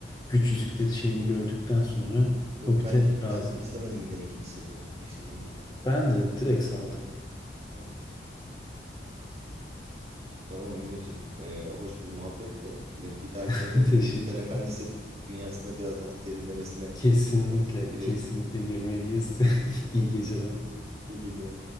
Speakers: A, on the left; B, on the right.
A: güç yüzükleri
B: kesin.
A: şeyini gördükten sonra Hobbit'e
B: Yok ben ilk,
A: razıyım.
B: ben izlemedim bile ikinci sezonunu. İlk sezonu izledikten sonra.
A: Ben de direkt saldım.
B: Aynen. Tamam Emir'cim. Ee, hoş bir muhabbetti. Bir dahakine
A: <laughs>
B: de bu
A: Teşekkür
B: Yüzüklerin Efendisi
A: ederim.
B: dünyasına biraz daha derinlemesine
A: Kesinlikle,
B: e, girelim.
A: kesinlikle girmeliyiz. <laughs>
B: <laughs>
A: İyi geceler.
B: İyi geceler.